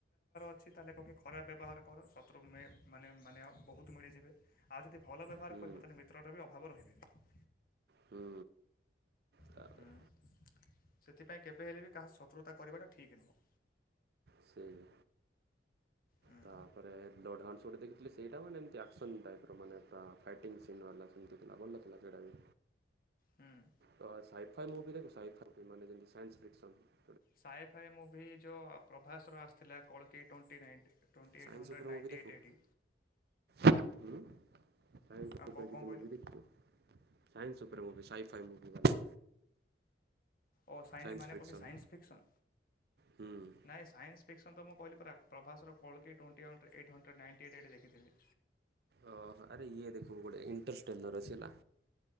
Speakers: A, on the left (about 55°); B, on the right (about 60°).
A: ସେ ତାହେଲେ କଣ କି ଖରାପ ବ୍ୟବହାର କର ଶତ୍ରୁ ମେ ମାନେ ମାନେ ବହୁତ ମିଳିଯିବେ ଆଉ ଯଦି ଭଲ ବ୍ୟବହାର
B: ହୁଁ
A: କରିବ ତାହେଲେ ମିତ୍ରଟା ବି ଅଭାବ ରହିବେନି।
B: ହୁଁ। ତାହେଲେ
A: ହୁଁ ସେଥିପାଇଁ କେବେ ହେଲେ ବି କାହା ଶତ୍ରୁତା କରିବାଟା ଠିକ୍ ନୁହଁ।
B: ସେଇ
A: ହୁଁ
B: ତାପରେ ଡଡ୍ ଆଣ୍ଡ୍ ସୋ ଟେ ଦେଖିଥିଲି ସେଇଟା ମାନେ ଯେମିତି ଆକ୍ସନ ଟାଇପ୍ ର ମାନେ ଫା ଫାଇଟିଂ ସିନ୍ ବାଲା ସିନ୍ ଟେ ଥିଲା। ଭଲ ଥିଲା ସେଇଟା ବି
A: ହୁଁ
B: ତ ସାଇଟ୍ ଫାଏ ମୁଭି ରେ ସାଇଟ୍ ଫାଏ ମୁଭି ମାନେ ଯେମତି ସାଇନ୍ସଫିକ୍ସନ
A: ସାଏ ଫାଏ ମୁଭି ଯୋଉ ପ୍ରଭାସର ଆସିଥିଲା କଳକି twenty ninety. Twenty
B: science
A: eight hundred
B: ଉପରେ
A: ନାଇଣ୍ଟି
B: ମୁଭି ଦେଖୁ।
A: ଏଇଟ୍ ଏଡ଼ି
B: ଉଁ ସାଇନ୍ସ
A: ହଁ
B: ଉପରେ କିଛି
A: କଣ କହିଲୁ
B: ମୁଭି ଦେଖିଛୁ। ସାଇନ୍ସ ଉପରେ ମୁଭି ସାଇ ଫାଇ ମୁଭି ବାଲା।
A: ଓ ସାଇନ୍
B: ସାଇନ୍ସ
A: ମାନେ
B: ଫିକ୍ସନ୍
A: କନ୍ ସାଇନଫିକ୍ସନ୍
B: ହୁଁ।
A: ନାଇଁ ଏ ସାଇନ୍ସଫିକ୍ସନ୍ ତ ମୁଁ କହିଲି ପରା ପ୍ରଭାସର କୋଳକୀ twenty one eighty hundred ninety ଏଡି ଦେଖିଥିଲି।
B: ଓ ହୋ ଆରେ ଇଏ ଦେଖିବୁ ଗୋଟେ ଇଣ୍ଟରସ୍ଟେନର ର ଅଛି ହେଲା।